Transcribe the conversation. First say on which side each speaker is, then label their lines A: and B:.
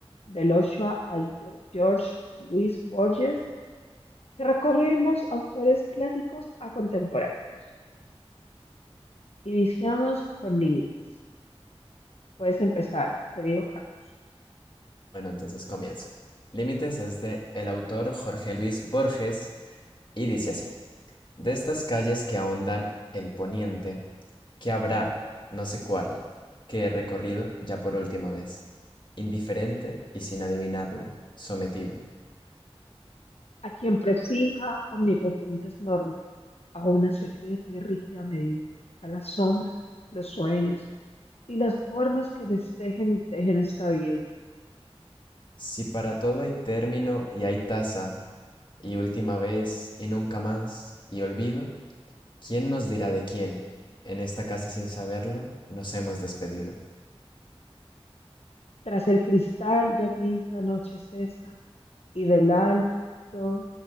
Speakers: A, on the left (about 75°); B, on the left (about 50°).
A: Del Ochoa a Gio- George Luis Borges, que recorremos autores clásicos a contemporáneos. Iniciamos con límites. Puedes empezar, querido Carlos.
B: bueno, entonces comienzo. Límites es de el autor Jorge Luis Borges y dice así: De estas calles que ahondan el poniente, que habrá, no sé cuál, que he recorrido ya por última vez, indiferente y sin adivinarlo, sometido.
A: a quien prefija omnipotentes normas, a una secreta y rígida medida, a las sombras, los sueños y las formas que destejen y tejen esta vida.
B: Si para todo hay término y hay tasa, y última vez y nunca más, y olvido, ¿quién nos dirá de quién? En esta casa sin saberlo, nos hemos despedido.
A: Tras el cristal ya gris la noche cesa y del alto